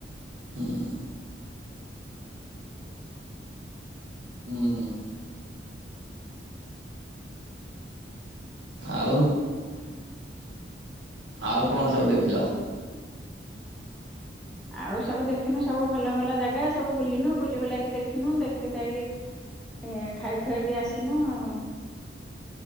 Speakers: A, on the right; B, in the centre.
A: ହୁଁ। ହୁଁ। ଆଉ ଆଉ କଣ ସବୁ ଦେଖିଛ?
B: ଆଉ ସବୁ ଦେଖିନୁ ସବୁ ଭଲ ଭଲ ଜାଗା ସବୁ ବୁଲିିନୁ ବୁଲି ବୁଲାକି ଦେଖିନୁ ଦେଖି ଦୁଖାକି ଏ ଖାଇ ଖୁଆକି ଆସିନୁ ଆଉ।